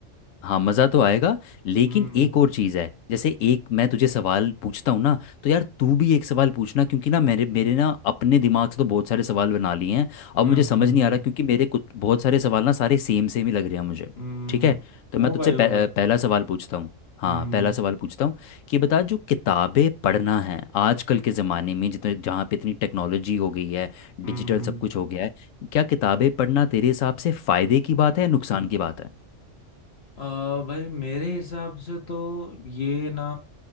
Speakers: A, on the left; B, on the left.
A: हाँ मज़ा तो आएगा लेकिन
B: हम्म
A: एक और चीज़ है जैसे एक मैं तुझे सवाल पूछता हूँ ना तो यार तू भी एक सवाल पूछना क्योंकि ना मेरे मेरे ना अपने दिमाग से तो बहुत सारे सवाल बना लिए हैं अब
B: हम्म
A: मुझे समझ
B: हम्म
A: नहीं
B: हम्म
A: आ रहा क्योंकि मेरे कुछ बहुत सारे सवाल ना सारे सेम सेम ही लग रहे हैं मुझे
B: हम्म,
A: ठीक है तो
B: हो
A: मैं तुझसे
B: भाई
A: पह,
B: हो भाई
A: अ, पहला सवाल पूछता हूँ हाँ
B: हम्म
A: पहला सवाल पूछता हूँ कि बता जो किताबें पढ़ना है आजकल के ज़माने में जितने जहाँ पे इतनी टेक्नोलॉजी हो गई है डिजिटल
B: हम्म हम्म
A: सब कुछ हो गया है क्या किताबें पढ़ना तेरे हिसाब से फ़ायदे की बात है या नुकसान की बात है
B: अ भाई मेरे हिसाब से तो ये ना